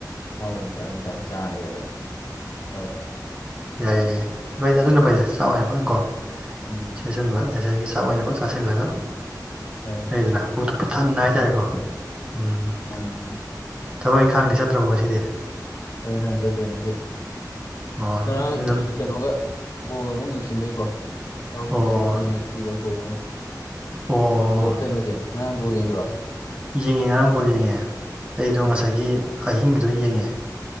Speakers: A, on the left; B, on the right.
A: ꯆꯥꯛ ꯑꯣꯏꯅ ꯐꯖꯅ ꯐꯖꯅ ꯆꯥꯔꯤꯗ ꯇꯧ
B: ꯌꯥꯏꯌꯦ ꯌꯥꯏꯌꯦ ꯍꯣꯏꯗ ꯑꯗꯨꯅ ꯐꯩꯁꯦ ꯆꯥꯛ ꯑꯣꯏꯅ ꯐꯅꯀꯣ
A: ꯎꯝ
B: ꯆꯁꯤꯟꯕ ꯉꯁꯥꯏꯒꯤ ꯆꯥꯛ ꯑꯣꯏꯅꯕ ꯆꯥꯁꯤꯜꯂꯒ
A: ꯍꯣꯏ
B: ꯂꯩꯗꯅ ꯄꯨꯠꯇꯨ ꯄꯊꯅ
A: ꯃꯥꯅꯦ
B: ꯍꯥꯏꯇꯥꯔꯦꯀꯣ ꯎꯝ
A: ꯃꯥꯅꯦ
B: ꯊꯕꯛ ꯏꯪꯈꯥꯡꯗꯤ ꯆꯠꯇ꯭ꯔꯕꯣ ꯉꯁꯤꯗꯤ
A: ꯑꯗꯨ ꯍꯅ ꯆꯠꯇ꯭ꯔꯦ ꯉꯁꯤ
B: ꯑꯣ
A: ꯉꯔꯥꯡ
B: ꯌꯨꯝꯗ
A: ꯀꯩꯅꯣꯒ ꯕꯣꯜꯒ ꯑꯃꯨꯛ ꯌꯦꯡꯁꯤꯟꯕꯏꯀꯣ ꯏꯅꯥꯎꯁꯨ
B: ꯑꯣ
A: ꯈꯤꯇꯪ ꯊꯦꯡꯉ ꯁꯨꯇꯤ ꯂꯧꯊꯣꯛꯎ ꯑꯩꯅ
B: ꯑꯣ
A: ꯑꯗꯣ ꯀꯩꯅꯣꯗꯤ ꯉꯔꯥꯡ ꯕꯣꯜ ꯌꯦꯡꯗ꯭ꯔꯣ
B: ꯌꯦꯡꯉꯦ ꯉꯔꯥꯡ ꯕꯣꯜ ꯌꯦꯡꯉꯦ ꯑꯩꯗꯣ
A: ꯑꯥ
B: ꯉꯁꯥꯏꯒꯤ ꯑꯍꯤꯡꯒꯤꯗꯣ ꯌꯦꯡꯉꯦ